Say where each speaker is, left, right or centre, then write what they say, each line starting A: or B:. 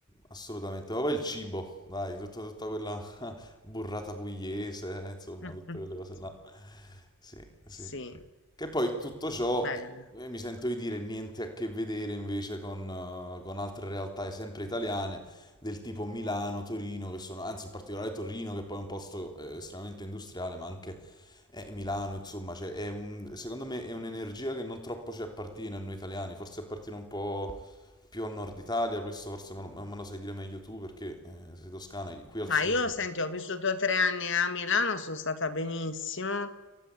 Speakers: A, on the left (about 20°); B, on the left (about 55°).
A: assolutamente. Ma poi il cibo, dai, tutta, tutta quella, burrata pugliese, insomma,
B: <laughs>
A: tutte quelle cose là. Sì, sì.
B: Sì,
A: sì. Che poi tutto ciò,
B: bella.
A: eh, mi sento di dire, niente a che vedere invece con, eh, con altre realtà, eh, sempre italiane, del tipo Milano, Torino, che sono, anzi in particolare Torino, che poi è un posto eh, estremamente industriale, ma anche eh, Milano, insomma, cioè, è un- secondo me è un'energia che non troppo ci appartiene a noi italiani, forse appartiene un po' più al nord Italia, questo forse me lo, me lo sai dire meglio tu perché eh, sei toscana, qui al
B: Ma
A: sud.
B: io, senti, ho vissuto tre anni a Milano, sono stata benissimo.